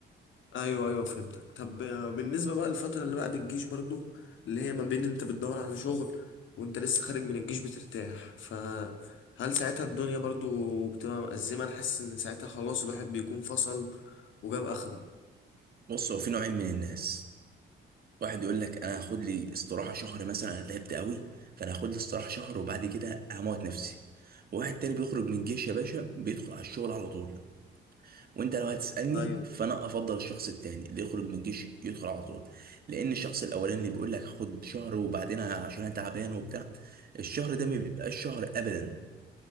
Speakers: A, on the left; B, on the right.
A: ايوه ايوه فهمتك طب آه، بالنسبه بقى للفتره اللي بعد الجيش برضو اللي هي ما بين انت بتدور على شغل وانت لسه خارج من الجيش بترتاح فهل ساعتها الدنيا برضو بتبقى مأزمه انا حاسس ان ساعتها خلاص الواحد بيكون فصل وجاب اخره
B: بص هو في نوعين من الناس واحد يقول لك انا هاخد لي استراحه شهر مثلا انا تعبت قوي فانا هاخد لي استراحه شهر وبعد كده هموت نفسي وواحد تاني بيخرج من الجيش يا باشا بيدخل على الشغل على طول وانت لو هتسالني
A: ايوه
B: فانا افضل الشخص التاني اللي يخرج من الجيش يدخل على طول لان الشخص الاولاني اللي بيقول لك خد شهر وبعدين عشان انا تعبان وبتاع الشهر ده ما بيبقاش شهر ابدا